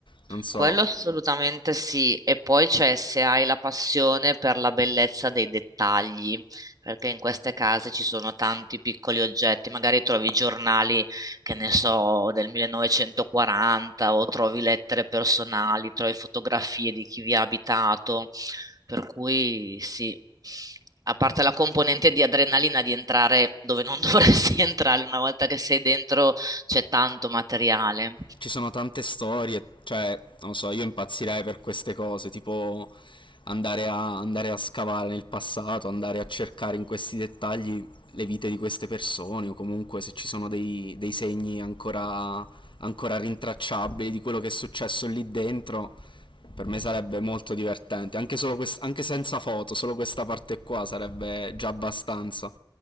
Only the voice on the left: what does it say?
Non so,
ci sono tante storie, cioè, non so, io impazzirei per queste cose, tipo andare a, andare a scavare nel passato, andare a cercare in questi dettagli le vite di queste persone o comunque se ci sono dei, dei segni ancora, ancora rintracciabili di quello che è successo lì dentro, per me sarebbe molto divertente, anche, solo quest- anche senza foto, solo questa parte qua sarebbe già abbastanza.